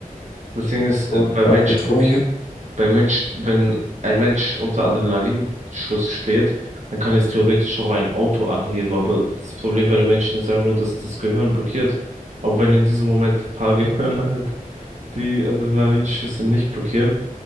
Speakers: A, on the right; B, on the left.
A: Das Ding ist, äh,
B: und
A: bei Mensch
B: auf Bedrohungen.
A: blockiert, bei Mensch, wenn ein Mensch unter Adrenalinschuss steht, dann kann es theoretisch auch ein Auto anheben, aber das Problem bei den Menschen ist einfach nur, dass das Gehirn blockiert. Aber wenn in diesem Moment ein paar <laughs> Gehirne halt die Adrenalinschüsse nicht blockieren,